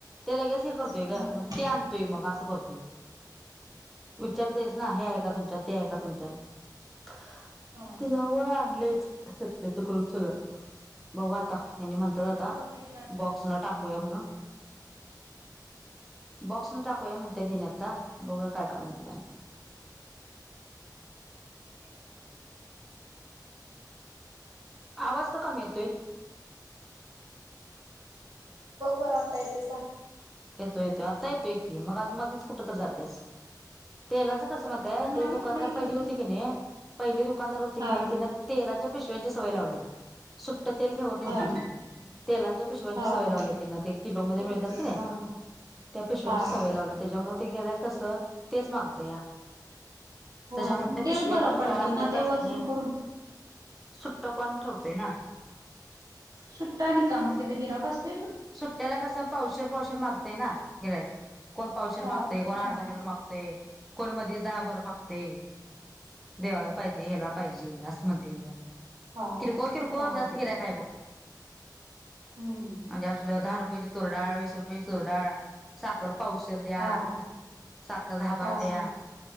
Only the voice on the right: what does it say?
हम
हा.
तिथं
टेलर
वगैरे जास्त
आहेत ना तिथं
<unintelligible>
<unintelligible> म टेलर वगैरे तिथं आहेत ना जास्त त्यांच साहित्य लावत असणं
बघ बरं आता येतोय का?
नाही
हाय
तेच
हा
हा
हा
हा
ठीक
आहे
हा
हा
हा
होय
तेच
बरं
पडतंय
ना ते वजन
करून
सुट्टा आणि का मग तिथं गिराक असतयं?
हा
हा
हा
हा
हा
हूं
हा हा
हा हा